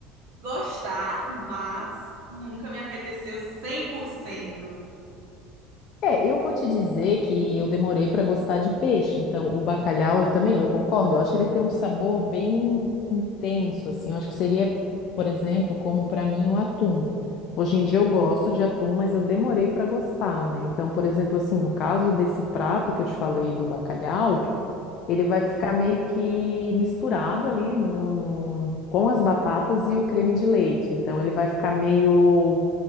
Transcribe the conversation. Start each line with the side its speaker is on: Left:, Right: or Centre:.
Right: gostar, mas nunca me apeteceu cem por cento
Left: É, eu vou te dizer que eu demorei para gostar de peixe, então o bacalhau eu também, eu concordo, eu acho que ele tem um sabor bem intenso, assim, eu acho que seria, por exemplo, como para mim o atum. Hoje em dia eu gosto de atum, mas eu demorei para gostar, né? Então, por exemplo, assim, no caso desse prato que eu te falei do bacalhau, ele vai ficar meio que misturado ali no, no- com as batatas e o creme de leite, então ele vai ficar meio